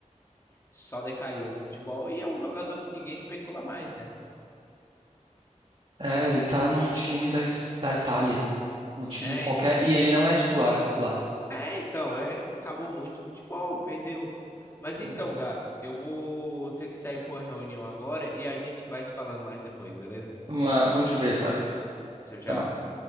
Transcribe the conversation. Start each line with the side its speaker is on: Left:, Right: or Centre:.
Left: só decaiu o futebol. E é um jogador que ninguém especula mais, né?
Right: É, ele tá num time da, Es- da Itália. Um time
Left: É,
Right: qualquer.
Left: então.
Right: E ele não é titular lá.
Left: É, então. É, acabou muito o futebol, perdeu. Mas então,
Right: É.
Left: Gá, eu vou ter que sair por reunião agora e a gente vai se falando mais depois, beleza?
Right: Vamos lá, vamos te ver, cara.
Left: Tchau, tchau.
Right: Até mais.